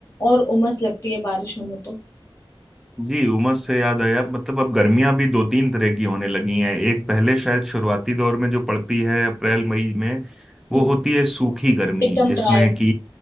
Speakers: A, on the left (about 35°); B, in the centre.
A: और उमस लगती है बारिशों में तो
B: जी उमस से याद आया मतलब अब गर्मियां भी दो तीन तरह की होने लगी हैं एक पहले शायद शुरुआती दौर में जो पड़ती है अप्रैल मई में
A: हम्म,
B: वो होती है सूखी गर्मी
A: एकदम
B: जिसमें
A: ड्राई
B: कि